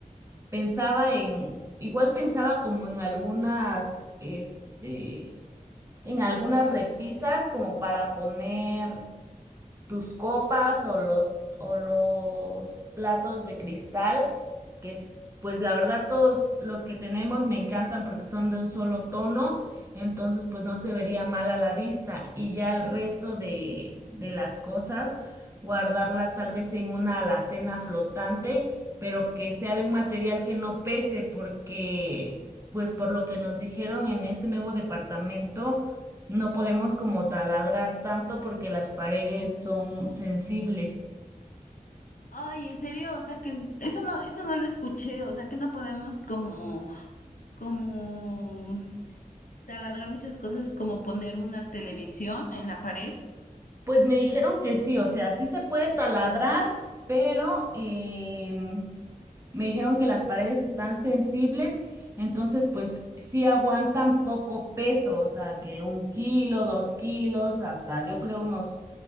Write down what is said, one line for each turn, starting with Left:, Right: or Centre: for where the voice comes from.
Right: pensaba en, igual pensaba como en algunas, este, en algunas repisas como para poner tus copas o los, o los platos de cristal, que es, pues la verdad todos los que tenemos me encantan porque son de un solo tono, entonces pues no se vería mal a la vista y ya el resto de, de las cosas, guardarlas tal vez en una alacena flotante, pero que sea de un material que no pese porque... Pues por lo que nos dijeron en este nuevo departamento, no podemos como taladrar tanto porque las paredes son sensibles.
Left: Ay, en serio, o sea que eso no, eso no lo escuché, o sea que no podemos como, como taladrar muchas cosas, como poner una televisión en la pared.
Right: Pues me dijeron que sí, o sea, sí se puede taladrar, pero em, me dijeron que las paredes están sensibles, entonces pues sí aguantan poco peso, o sea, que un kilo, dos kilos, hasta yo creo unos